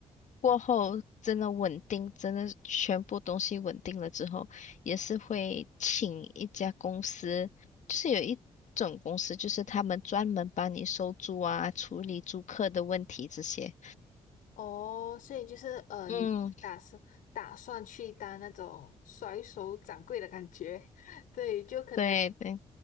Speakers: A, on the left; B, on the left.
A: 过后真的稳定，真的全部东西稳定了之后，也是会请一家公司，就是有一种公司，就是他们专门帮你收租啊，处理租客的问题这些。
B: 哦，所以就是呃，
A: 嗯，
B: 你就是打算打算去当那种甩手掌柜的感觉，<laughs> 对，就可能
A: 对对，